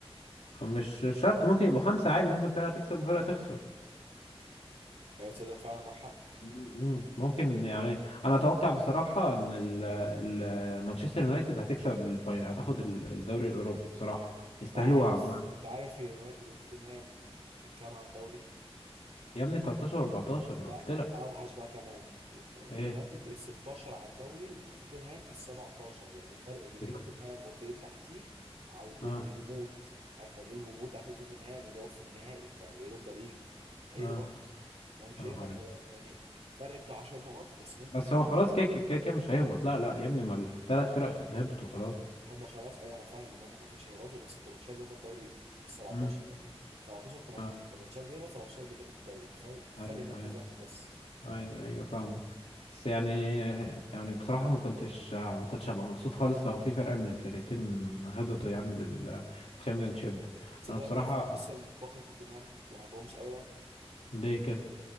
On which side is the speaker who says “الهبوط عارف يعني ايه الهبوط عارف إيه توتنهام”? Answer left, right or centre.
Right